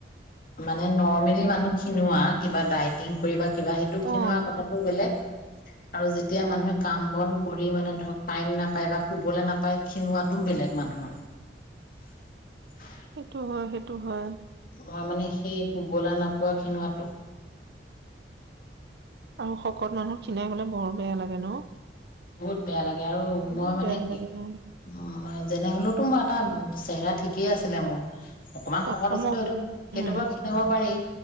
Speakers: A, on the left (about 50°); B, on the right (about 65°).
A: মানে নৰ্মেলি মানুহ খিনোৱা কিবা ডায়েটিং কৰিবা কিবা সেইটো
B: অ',
A: খিনোৱা কথাটো বেলেগ। আৰু যেতিয়া মানুহে কাম বন কৰি মানে ধৰক টাইম নাপায় বা শুবলৈ নাপায় খিনোৱাটো বেলেগ মানুহৰ
B: সেইটো হয় সেইটো হয়
A: মই মানে সেই শুবলে নোপোৱা খিনোৱাটো
B: আৰু শকত মানুহ খিনাই গলে বৰ বেয়া লাগে ন
A: বহুত বেয়া লাগে আৰু
B: বহুত
A: মই মানে
B: বেয়া লাগে ন?
A: উ যেনে হলেওতো মই এটা চেহেৰা ঠিকেই আছিলে মোৰ অকমান
B: প্ৰথমত
A: শকত আছিলো সেইটো সেইটো
B: উম,
A: বাৰু খিনাব পাৰি